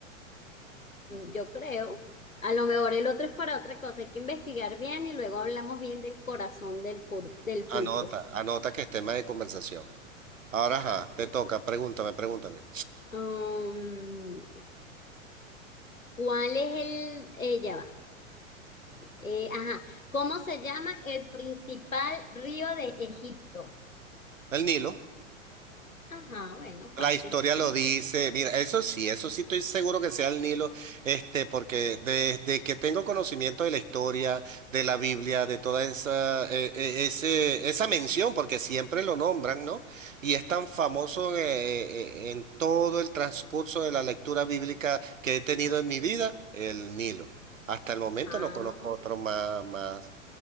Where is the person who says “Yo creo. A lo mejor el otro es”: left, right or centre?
Left